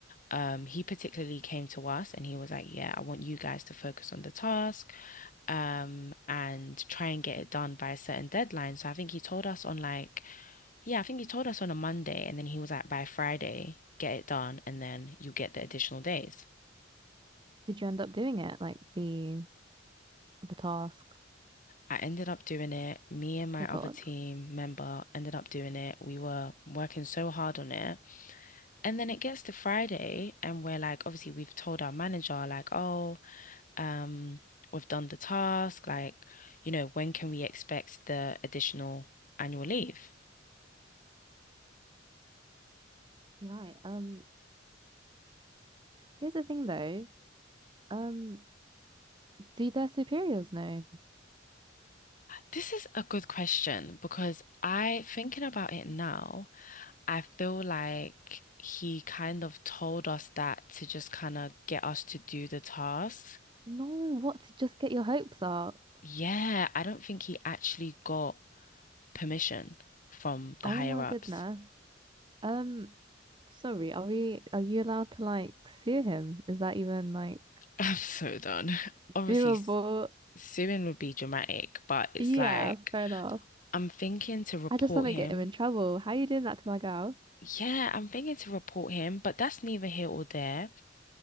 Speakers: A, on the left (about 45°); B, on the right (about 25°).
A: Um, he particularly came to us and he was like, "Yeah, I want you guys to focus on the task, um, and try and get it done by a certain deadline." So I think he told us on like, yeah, I think he told us on a Monday, and then he was like, "By Friday, get it done, and then you get the additional days."
B: Did you end up doing it? Like the the task?
A: I ended up doing it. Me and my
B: Oh God.
A: other team member ended up doing it. We were working so hard on it. And then it gets to Friday, and we're like, obviously, we've told our manager, like, oh, um, we've done the task. Like, you know, when can we expect the additional annual leave?
B: Right. Um. Here's the thing, though. Um. Do their superiors know?
A: This is a good question because I, thinking about it now, I feel like he kind of told us that to just kind of get us to do the tasks.
B: No, what to just get your hopes up?
A: Yeah, I don't think he actually got permission from the
B: Oh
A: higher
B: my
A: ups.
B: goodness. Um, sorry, are we are you allowed to like sue him? Is that even like
A: <laughs> I'm so done. Obviously,
B: doable?
A: Suing would be dramatic, but it's
B: Yeah,
A: like
B: fair enough.
A: I'm thinking to report
B: I just want to
A: him.
B: get him in trouble. How are you doing that to my girl?
A: Yeah, I'm thinking to report him, but that's neither here or there.